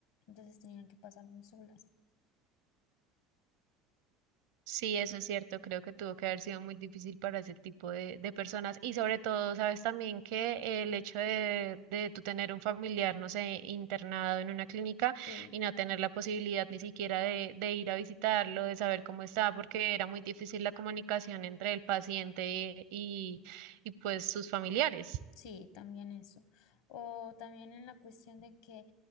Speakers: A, on the left (about 65°); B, on the right (about 65°).
A: Entonces tenían que pasarlo solas.
B: Sí, eso es cierto, creo que tuvo que haber sido muy difícil para ese tipo de, de personas y sobre todo, sabes también que el hecho de, de tú tener un familiar, no sé, internado en una clínica
A: Sí,
B: y no tener la posibilidad ni siquiera de, de ir a visitarlo, de saber cómo está, porque era muy difícil la comunicación entre el paciente y, y pues sus familiares.
A: sí, también eso. O también en la cuestión de que